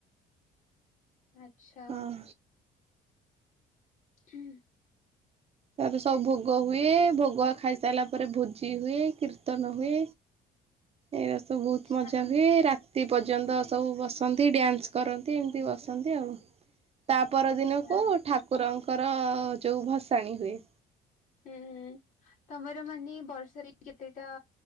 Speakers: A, on the left; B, on the right.
A: ଆଚ୍ଛା।
B: ହଁ
A: ହୁଁ।
B: ତାର ସବୁ ଭୋଗ ହୁଏ। ଭୋଗ ଖାଇସାରିଲା ପରେ ଭୋଜି ହୁଏ। କୀର୍ତ୍ତି ତ ନ
A: ହୁଁ
B: ହୁଏ ଏରା ସବୁ ବହୁତ
A: ଆଚ୍ଛା
B: ମଜା ହୁଏ। ରା ତି ପର୍ଯ୍ୟନ୍ତ ସବୁ ବସନ୍ତି, ଡ୍ୟାନ୍ସ କରନ୍ତି, ଏମିତି ବସନ୍ତି ଆଉ। ତା ପର
A: ଆଚ୍ଛା
B: ଦିନକୁ ଠାକୁରଙ୍କର ଯୋଉ ଭସାଣି ହୁଏ।
A: ହୁଁ, ହୁଁ ତୋମର ମାନେ ବର୍ଷରେ କେତେଟା